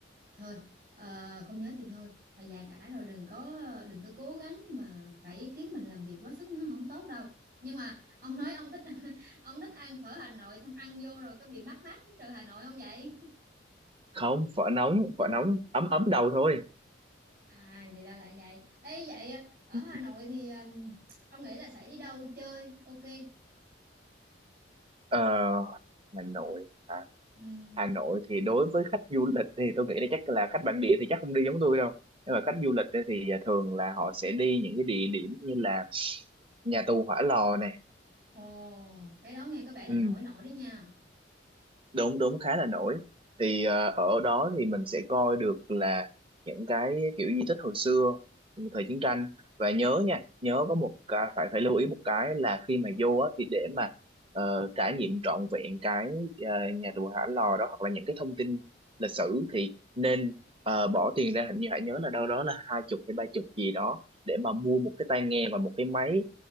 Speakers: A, on the right; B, on the right.
A: Thôi, ờ, không nhớ thì thôi. Và già cả rồi đừng có đừng có cố gắng mà phải khiến mình làm việc quá sức nó không tốt đâu. Nhưng mà ông nói ông thích <laughs> ông thích ăn phở Hà Nội xong ăn vô rồi có bị mắc mát cái trời Hà Nội không vậy?
B: không phở nóng phở nóng ấm ấm đầu thôi
A: À thì ra là vậy. Ê vậy ờ, ở
B: Ừ.
A: Hà Nội thì um, ông nghĩ là sẽ đi đâu chơi? Ok.
B: ờ, Hà Nội hả
A: Ừm,
B: Hà Nội thì đối với khách du lịch thì tôi nghĩ là chắc là khách bản địa thì chắc không đi giống tôi đâu nhưng mà khách du lịch ấy thì à, thường là họ sẽ đi những cái địa điểm như là nhà tù Hỏa Lò này
A: Ồ, cái đó nghe có vẻ là
B: ừ.
A: nổi nổi đấy nha.
B: đúng đúng khá là nổi thì ờ, ở đó thì mình sẽ coi được là những cái kiểu di tích hồi xưa thời chiến tranh và nhớ nha nhớ có một cái phải phải lưu ý một cái là khi mà vô á, thì để mà ờ, trải nghiệm trọn vẹn cái ờ, nhà tù Hỏa Lò đó hoặc là những cái thông tin lịch sử thì nên ờ, bỏ tiền ra hình như hãy nhớ là đâu đó là hai chục hay ba chục gì đó để mà mua một cái tai nghe và một cái máy